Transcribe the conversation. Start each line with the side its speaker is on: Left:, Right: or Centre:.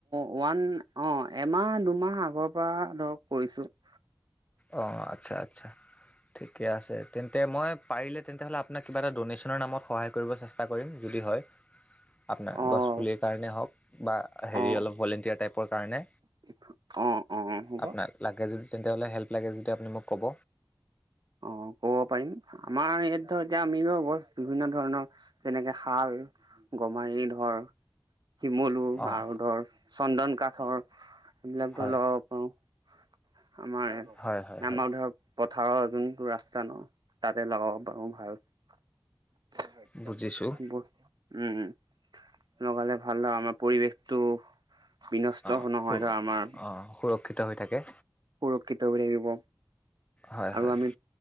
Right: ওৱান অঁ এমাহ দুমাহ আগৰ পৰা ধৰক কৰিছোঁ <inaudible>
Left: অ আচ্ছা আচ্ছা ঠিকে আছে তেন্তে মই পাৰিলে তেন্ত হলে হয় মানে কিবা এটা দনেচনৰ নামত সহায় কৰিব চেষ্টা কৰিম যদি হয় আপোনাৰ
Right: অ',
Left: গছপুলিৰ কাৰণে হওক বা হেৰি
Right: অ',
Left: অলপ ভলেণ্টিয়াৰ টাইপৰ কাৰণে
Right: <unintelligible> অ', হ'ব
Left: আপোনাক লাগে যদি তেন্তে হ'লে হেল্প লাগে যদি আপুনি মোক ক'ব
Right: অ ক'ব পাৰিম আমাৰ ইয়াত ধৰ এতিয়া আমি গছ বিভিন্ন ধৰণৰ যেনেকে খাল গমাৰি ধৰ শিমলু
Left: অঁ
Right: আৰু ধৰ চন্দন কাঠ সেইবিলাক
Left: হয়
Right: লগাব পাৰো বুজি পোৱা নাই ভইচতো
Left: হয় হয় হয়
Right: ভাল কে পথাৰৰ যোনটো ৰাস্তা ন তাতে লগাব পাৰো ভাল <inaudible>
Left: বুজিছোঁ
Right: উম লগালে ভাল আমাৰ পৰিৱেশটো বিনষ্ট
Left: অ
Right: নহয় ধৰ আমাৰ
Left: অ সুৰক্ষিত হৈ থাকে
Right: সুৰক্ষিত হৈ থাকিব
Left: হয়
Right: আৰু
Left: হয়
Right: আমি